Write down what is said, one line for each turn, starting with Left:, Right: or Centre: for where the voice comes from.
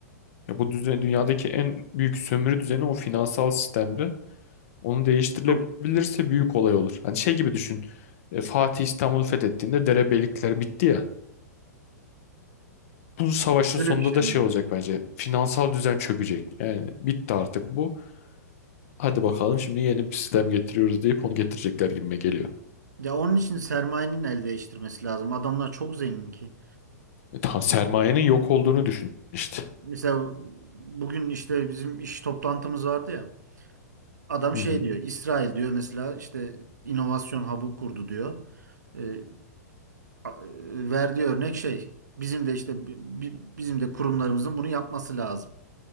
Left: Ya bu düzen, dünyadaki en büyük sömürü düzeni o finansal sistemdi. Onu değiştirilebilirse
Right: <laughs> Çok
Left: büyük olay olur. Hani şey gibi düşün. E, Fatih İstanbul'u fethettiğinde derebeylikler bitti ya. Bu savaşın
Right: öyle
Left: sonunda
Right: bir şey
Left: da şey
Right: mi?
Left: olacak bence. Finansal düzen çökecek. Yani bitti artık bu. Hadi bakalım şimdi yeni bir sistem getiriyoruz deyip onu getirecekler gibime geliyor.
Right: Ya onun için sermayenin el değiştirmesi lazım. Adamlar çok zengin ki.
Left: E, tam sermayenin yok olduğunu düşün işte.
Right: Mesela bugün işte bizim iş toplantımız vardı ya. Adam
Left: Hı
Right: şey
Left: hı.
Right: diyor, İsrail diyor mesela işte inovasyon hub'ı kurdu diyor. E, a- e, verdiği örnek şey bizim de işte bi- bi- bizim de kurumlarımızın bunu yapması lazım.